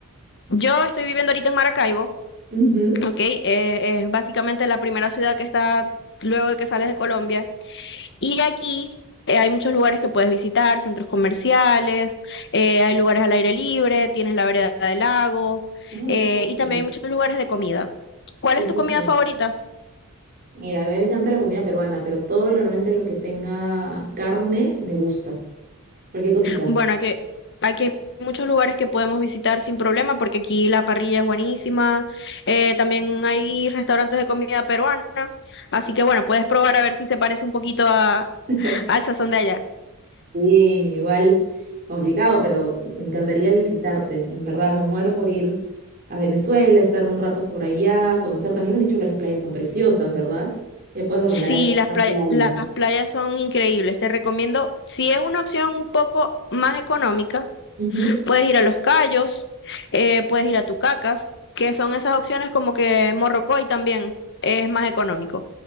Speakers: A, on the left; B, on the right.
A: yo estoy viviendo ahorita en Maracaibo,
B: Ujú.
A: ¿ok? Eh, es básicamente la primera ciudad que está luego de que sales de Colombia. Y aquí eh, hay muchos lugares que puedes visitar, centros comerciales, eh, hay lugares al aire libre, tienes la vereda del lago,
B: Ah,
A: eh,
B: súper.
A: y también hay muchos lugares de comida. ¿Cuál
B: Qué
A: es
B: rico.
A: tu comida favorita?
B: Mira, a mí me encanta la comida peruana, pero todo lo- realmente lo que tenga carne me gusta. Cualquier cosita.
A: Bueno, aquí, aquí hay muchos lugares que podemos visitar sin problema porque aquí la parrilla es buenísima. Eh, también hay restaurantes de comida peruana. Así que bueno, puedes probar a ver si se parece un poquito a,
B: <laughs>
A: al sazón de allá.
B: Sí, igual, complicado, pero me encantaría visitarte. En verdad, me muero por ir a Venezuela, estar un rato por allá, conocer. También me han dicho que las playas son preciosas, ¿verdad? Me puedes recomendar
A: Sí,
B: ahí
A: las
B: una
A: playas,
B: playa.
A: las playas son increíbles. Te recomiendo, si es una opción un poco más económica.
B: Ujú,
A: puedes ir a Los Cayos, eh, puedes ir a Tucacas, que son esas opciones como que Morrocoy también es más económico.